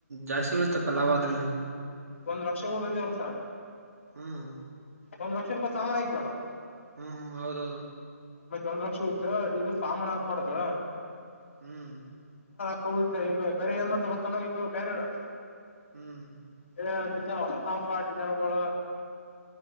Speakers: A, on the right; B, on the left.
A: ಜಾಸ್ತಿ ಉಳಿತ್ತಪ್ಪ ಲಾಭ ಅದ್ರಲ್ಲಿ
B: ಒಂದ್ ಲಕ್ಷ ಒಂದೇ ವರ್ಷ
A: ಹ್ಮ್
B: ಒಂದು ಲಕ್ಷ ರೂಪಾಯಿ ಸಾಮಾನು ಆಗಿದ್ವಲ್ಲ
A: ಹ್ಮ್ ಹ್ಮ್ ಹೌದೌದು
B: ಒಂದು ಲಕ್ಷ ಉಳೀತು ಈಗ ಸಾಮಾನು ಹಾಕಬಾರದ
A: ಹ್ಮ್
B: ಹೌದಾ ಈಗ ಬೇರೆ ಏನ್ ಮಾಡ್ತಬರ್ತಲ್ಲ ಈಗ ಬೇರೆ ಅವ್ರು
A: ಹ್ಮ್
B: ಹೇ ಡಿಸೈನ್ ಹೊಸದು ತಕೊಂಡುಬಪ್ಪಾ ಡಿಸೈಗಳು